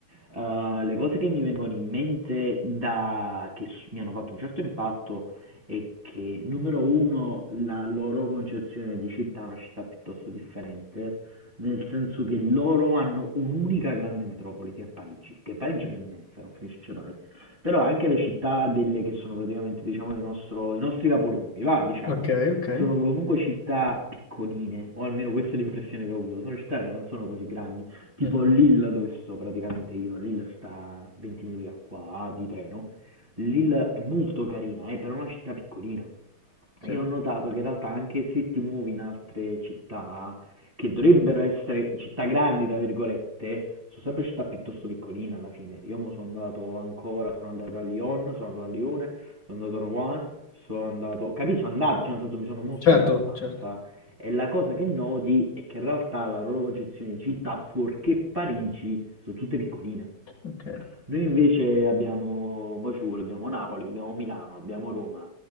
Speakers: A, on the right (about 15°); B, on the left (about 55°).
A: Uh, le cose che mi vengono in mente da... che s- mi hanno fatto un certo impatto è che, numero uno, la loro concezione di città è una città piuttosto differente, nel senso che loro hanno un'unica grande metropoli che è Parigi, che è Parigi che è immensa, non finisce mai. Però anche le città delle che sono praticamente, diciamo, il nostro- i nostri capoluoghi, va, diciamo
B: Ok, ok.
A: sono comunque città piccoline, o almeno questa è l'impressione che ho avuto, sono città che non sono così grandi, tipo
B: Mhm,
A: Lille dove sto praticamente io, Lille sta a 20 minuti da qua di treno, Lille è molto carina, è eh, però è una città piccolina,
B: Sì.
A: e ho notato che in realtà anche se ti muovi in altre città, che dovrebbero essere città grandi, tra virgolette, sono sempre città piuttosto piccoline alla fine. Io mo sono andato ancora, sono andato a Lyon, sono andato a Lione, sono andato a Rouen, sono andato... Capisco, andarci, nel senso mi sono mosso
B: Certo,
A: abbastanza.
B: certo,
A: E la cosa che noti è che in realtà la loro concezione di città, fuorché Parigi, sono tutte piccoline.
B: ok.
A: Noi invece abbiamo Baciul, abbiamo Napoli, abbiamo Milano, abbiamo Roma,